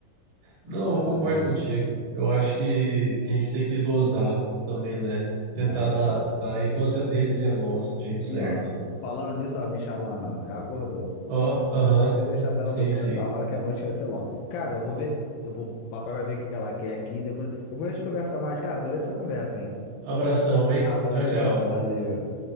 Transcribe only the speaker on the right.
Não,
eu concordo contigo. Eu acho que, que a gente tem que dosar também, né? Tentar
dar,
dar a infância deles e a nossa do jeito certo.
Ó, aham.
Sim,
sim.
Abração,
hein? Tchau, tchau.